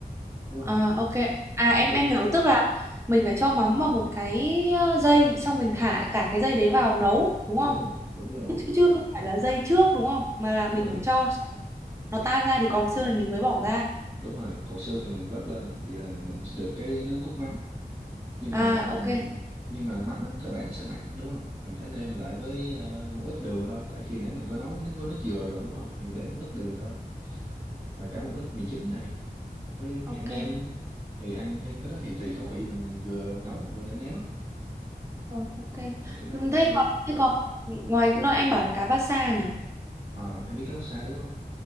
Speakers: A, on the right (about 45°); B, on the right (about 15°).
A: đúng
B: Ờ,
A: không
B: ok. À em
A: ừ,
B: em hiểu tức là mình phải cho mắm vào một cái ờ, dây xong mình thả cả cái dây đấy vào nấu đúng
A: đúng
B: không?
A: rồi đúng rồi
B: Chứ, chứ không phải là dây trước đúng không? Mà là
A: đúng
B: mình
A: rồi
B: phải cho nó tan ra thì còn xương thì mình mới bỏ ra.
A: đúng rồi còn xương thì mình vớt lên vậy là mình được cái nước cốt mắm nhưng
B: À
A: mà mình
B: ok,
A: nhưng mà mắm á, cơ bản nó sẽ mặn đúng không mình phải nêm lại với ờ, một ít đường thôi tại khi nãy mình có nấu nếu có nước dừa rồi đúng không thì để một ít đường thôi và cả một ít mì chính này với cái
B: ok.
A: hạt nêm thì ăn theo cái đó thì tùy khẩu vị mình thì vừa nấu mà vừa nêm nếm á
B: Ờ, ok.
A: thì cái đó
B: Ừ,
A: ok
B: Thế còn thế còn ngoài cái- nói anh bảo là cá bát xa nhỉ?
A: à, em biết cá bá sa đúng không